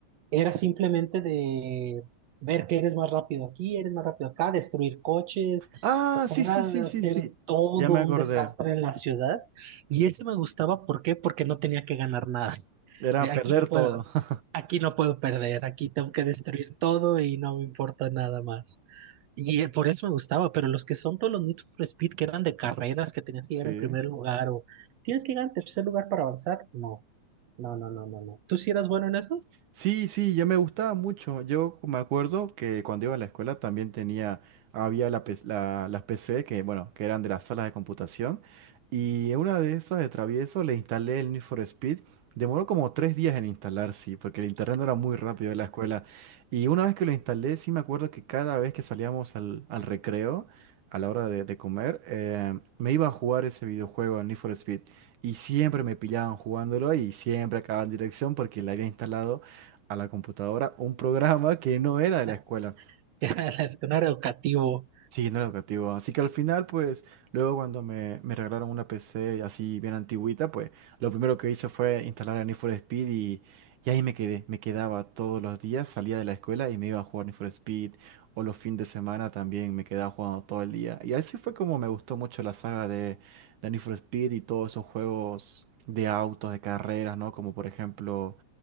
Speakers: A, on the right (about 65°); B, on the right (about 85°).
A: era simplemente de ver que eres más rápido aquí, eres más rápido acá, destruir coches,
B: Ah,
A: o sea,
B: sí,
A: era
B: sí, sí, sí,
A: hacer
B: sí.
A: todo
B: Ya me acordé.
A: un desastre en la ciudad. Y ese me gustaba, ¿por qué? Porque no tenía que ganar nada.
B: Era
A: De aquí
B: perder
A: no puedo,
B: todo. <laughs>
A: aquí no puedo perder, aquí tengo que destruir todo y no me importa nada más. Y eh, por eso me gustaba, pero los que son todos los Need for Speed que eran de carreras, que tenías
B: Sí.
A: que llegar en primer lugar o tienes que llegar en tercer lugar para avanzar, no, no, no, no, no, no. ¿Tú sí eras bueno en esos?
B: Sí, sí, yo me gustaba mucho. Yo me acuerdo que cuando iba a la escuela también tenía, había la, pe- la- las PC que, bueno, que eran de las salas de computación. Y en una de esas de travieso le instalé el Need for Speed. Demoró como tres días en instalar, sí, porque el internet no era muy rápido en la escuela. Y una vez que lo instalé, sí me acuerdo que cada vez que salíamos al, al recreo, a la hora de, de comer, eh, me iba a jugar ese videojuego, el Need for Speed. Y siempre me pillaban jugándolo y siempre acababan en dirección porque le había instalado a la computadora un programa que no era de
A: <laughs>
B: la escuela.
A: Ya, Es que no era educativo.
B: Sí, no era educativo. Así que al final, pues, luego cuando me, me regalaron una PC así bien antigüita, pues, lo primero que hice fue instalar el Need for Speed y, y ahí me quedé. Me quedaba todos los días, salía de la escuela y me iba a jugar Need for Speed. O los fines de semana también me quedaba jugando todo el día. Y así fue como me gustó mucho la saga de, de Need for Speed y todos esos juegos de autos, de carreras, ¿no? Como por ejemplo,